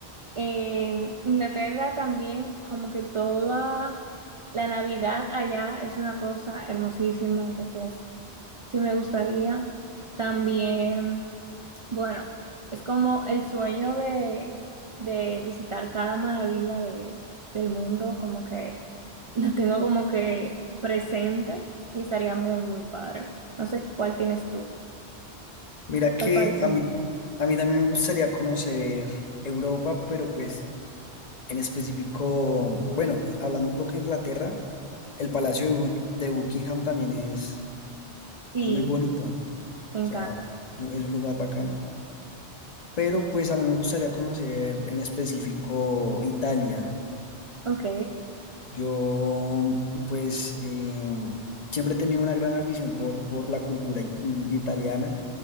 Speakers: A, on the right; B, on the left.
A: En Inglaterra también, como que toda la Navidad allá es una cosa hermosísima, entonces sí me gustaría. También. Bueno, es como el sueño de, de visitar cada maravilla de, del mundo, como que <laughs> lo tengo como que presente y estaría muy, muy padre. No sé cuál tienes tú,
B: Mira que
A: cuál país
B: a
A: en
B: mí
A: mente.
B: A mí también me gustaría conocer Europa, pero pues en específico, bueno, y hablando un poco de Inglaterra, el Palacio de Buck- de Buckingham también es,
A: Sí,
B: es muy bonito, o
A: me encanta.
B: sea, yo- es un lugar bacano. Pero pues a mí me gustaría conocer en específico Italia.
A: Ok.
B: Yo pues em, siempre he tenido una gran afición por, por la cultura i- italiana.